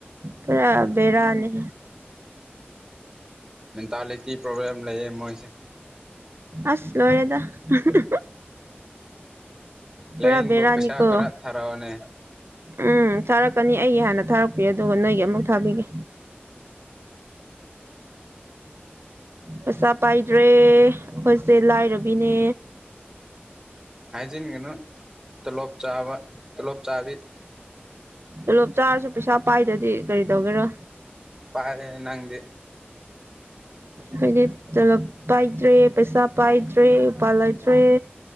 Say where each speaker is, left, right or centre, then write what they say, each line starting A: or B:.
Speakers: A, on the right; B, on the right.
A: ꯈꯔ ꯕꯦꯔꯥꯅꯤ
B: ꯃꯦꯟꯇꯥꯂꯤꯇꯤ ꯄ꯭ꯔꯣꯕ꯭ꯂꯦꯝ ꯂꯩꯌꯦ ꯃꯣꯏꯁꯦ
A: ꯑꯁ ꯂꯣꯙꯔꯦꯗ ꯍꯨ ꯍꯨ ꯄꯨꯥ
B: ꯂꯥꯏꯌꯦꯡꯕ
A: ꯕꯦꯔꯅꯤ
B: ꯄꯩꯁꯥ
A: ꯀꯣ
B: ꯈꯔ ꯊꯥꯔꯛꯑꯣꯅꯦ
A: ꯎꯝ ꯊꯥꯔꯛꯀꯅꯤ ꯑꯩꯒꯤ ꯍꯥꯟꯅ ꯊꯥꯔꯛꯄꯤꯌꯨ ꯑꯗꯨꯒ ꯅꯣꯏꯒꯤ ꯑꯃꯨꯛ ꯊꯥꯕꯤꯒꯦ ꯄꯩꯁꯥ ꯄꯥꯏꯗ꯭ꯔꯦ ꯑꯩꯈꯣꯏꯁꯦ ꯂꯥꯏꯔꯕꯤꯅꯦ
B: ꯍꯥꯏꯖꯤꯟꯒꯅꯨ ꯇꯣꯂꯣꯞ ꯆꯥꯕ ꯇꯣꯂꯣꯞ ꯆꯥꯕꯤ
A: ꯆꯂꯣꯞ ꯆꯥꯔꯁꯨ ꯄꯩꯁꯥ ꯄꯥꯏꯗꯗꯤ ꯀꯔꯤ ꯇꯧꯒꯦꯔꯥ
B: ꯄꯥꯏꯔꯦ ꯅꯪꯗꯤ
A: ꯍꯥꯏꯗꯤ ꯇꯣꯂꯣꯞ ꯄꯥꯏꯗ꯭ꯔꯦ ꯄꯩꯁꯥ ꯄꯥꯏꯗ꯭ꯔꯦ ꯎꯄꯥꯜ ꯂꯩꯇ꯭ꯔꯦ